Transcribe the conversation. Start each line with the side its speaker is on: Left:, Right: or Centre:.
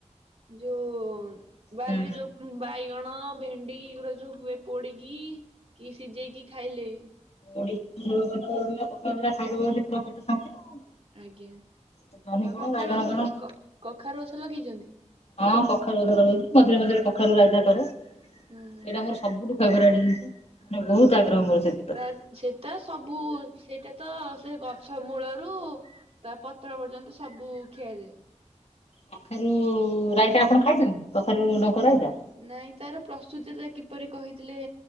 Right: ଯୋଉ ବାରିରେ
Left: ହୁଁ।
Right: ଯଉ ବାଇଗଣ, ଭେଣ୍ଡି, ଏଗୁରା ଯୋଉ ହୁଏ, ପୋଡିକି, କି ସିଝେଇକି ଖାଇଲେ
Left: ପୋଡିକି ଝୁଳ କରିଦବ, <unintelligible> ପଖାଳ ଦିଟା ଖାଇଦବ ଯଦି, ପୁରା ପେଟ ଶାନ୍ତି ଆଉ।
Right: ଆଜ୍ଞା!
Left: ଜହ୍ନି
Right: ଆଉ
Left: କଣ
Right: କଖାରୁ
Left: ବାଇଗଣ
Right: ଗଛ,
Left: କଣ
Right: କଖାରୁ ଗଛ ଲଗେଇଛନ୍ତି?
Left: ହଁ, କଖାରୁ ଗଛ ଲଗେଇଛି। ମଝିରେ ମଝିରେ କଖାରୁ ରାଇତା କରେ।
Right: ହୁଁ ହୁଁ
Left: ଏଇଟା ମୋର ସବୁଠୁ ଫେବରାରୀ ନେ ବହୁତ ଆଗ୍ରହ
Right: ହୁଁ,
Left: ମୋର ସେଥିପ୍ରତି।
Right: ତା ସେତ ସବୁ, ସେଇଟା ତ ସେ ଗଛ ମୂଳରୁ ତା, ପତ୍ର ପର୍ଯ୍ୟନ୍ତ ସବୁ-ଉ ଖିଆଯାଏ।
Left: କଖାରୁ-ଉ ରାଇତା ଆପଣ ଖାଇଛନ୍ତି? କଖାରୁ ଡଙ୍କ ରାଇତା!
Right: ନାଇଁ, ତାର ପ୍ରସ୍ତୁତି ତା, କିପରି କହିଥିଲେଁ